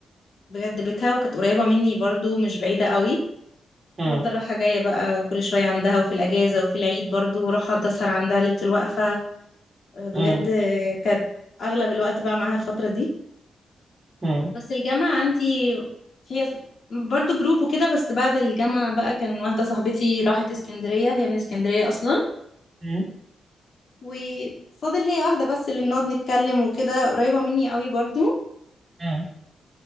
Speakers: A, on the left; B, on the right.
A: بجد بيتها وكانت قريبه مني برضو مش بعيده قوي
B: امم
A: كنت بفضل رايحه جايه بقى كل شويه عندها وفي الاجازه وفي العيد برضو واروح اقعد اسهر عندها ليله الوقفه بجد
B: امم
A: كانت اغلب الوقت بقى معاها الفتره دي
B: امم
A: بس الجامعة عندي هي برضو جروب وكده بس بعد الجامعة بقى كان واحدة صاحبتي راحت اسكندرية هي من اسكندرية أصلا
B: امم
A: وفاضل هي واحدة بس اللي بنقعد نتكلم وكده قريبة مني قوي برضو
B: امم